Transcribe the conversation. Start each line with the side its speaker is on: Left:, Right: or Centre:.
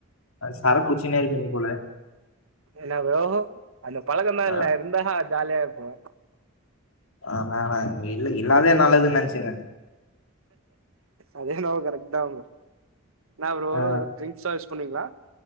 Left: சரக்கு குச்சிக்கினே இருப்பீங்க போல
Right: என்ன ப்ரோ அந்த பழகதா இல்ல
Left: ஆ
Right: இருந்தா ஜாலியா இருப்பே
Left: ஆ மேடோம் இல்ல இல்லாதே நல்லதுன்னு நென்ச்சிங்கோ
Right: அதே என்னமோ கரெக்ட் தா ப்ரோ என்ன ப்ரோ
Left: ஆ
Right: வெரூம் ட்ரிங்க்ஸா யூஸ் பண்ணுவீங்களா